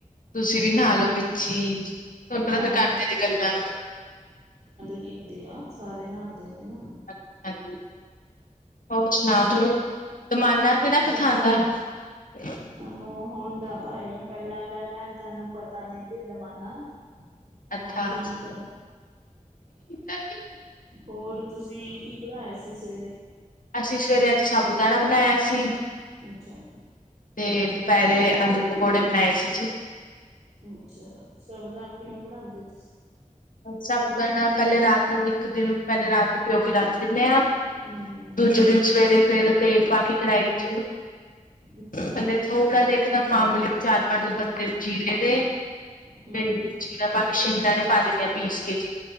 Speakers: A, on the left (about 75°); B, on the right (about 50°).
A: ਤੁਸੀਂ ਵੀ
B: ਹੂੰ
A: ਨਹਾ ਲਓ ਵਿੱਚੀ ਹੀ। ਤੁਹਾਨੂੰ ਪਤਾ
B: ਹਾਂ
A: ਫੇਰ ਘਰਦਿਆਂ ਦੀ ਗੱਲਾਂ।
B: ਕਹਿੰਦੇ ਆ। ਸਾਰੇ ਨਹਾਣਦੇ ਨੇ ਨਾ।
A: ਅੱਛਾ ਜੀ। ਹੋਰ ਸੁਣਾਓ
B: ਤੁਸੀਂ ਕਿ
A: ਤੁਹਾਨੂੰ ਦਮਾਲਾ ਕਿਹੜਾ
B: ਤੁਸ
A: ਪਸੰਦ ਆ? <inaudible>
B: ਤੁਹਾਨੂੰ ਹੁਣ ਦਾ ਭਾਈ, ਪਹਿਲਾਂ ਜੱਦ ਤਾਨੂੰ ਪਤਾ ਨੀ ਸੀ ਦਮਾਲਾ।
A: ਅੱਛਾ।
B: ਹੁਣ ਠੀਕ ਆ।
A: <inaudible>
B: ਹੋਰ ਤੁਸੀਂ ਕੀ ਬਣਾਏ ਸੀ ਸਵੇਰੇ?
A: ਅਸੀਂ ਸੁਵੇਰੇ ਅੱਜ ਸਾਬੂ ਦਾਣਾ ਬਣਾਇਆ ਸੀ।
B: ਅੱਛਾ।
A: ਤੇ ਦੁਪਹਿਰੇ ਆਲੂ ਪਕੌੜੇ ਬਣਾਏ ਸੀ ਜੀ।
B: ਅੱਛਾ। ਸਾਬੂਦਾਨਾ ਕਿਵੇਂ ਬਣਾਉਂਦੇ ਤੁਸੀਂ।
A: ਸਬੂ ਦਾਣਾ ਪਹਿਲੇ ਰਾਤ ਨੂੰ ਇੱਕ ਦਿਨ ਪਹਿਲੇ ਰਾਤ ਨੂੰ ਭਿਓ ਕੇ ਰੱੱਖ ਦਿੰਦੇ ਹਾਂ।
B: ਹੂੰ।
A: ਦੂਜੇ ਦਿਨ ਸਵੇਰੇ ਫੇਰ ਤੇਲ ਪਾ ਕੇ ਕਢਾਈ ਚ
B: ਅੱਛਾ।
A: ਥੱਲੇ ਥੋੜਾ ਜਿਆ ਇੱਕ ਦਮ ਮਾਮੂਲੀ ਚਾਰ -ਪੰਜ ਪੱਤੇ ਜੀਰੇ ਦੇ
B: ਹੂੰ
A: ਤੇ ਆਪਾਂ ਤੇ ਸਾਬੂਦਾਣੇ ਪਾ ਦੇਣੀ ਆ ਪੀਸ ਕੇ ਜੀ।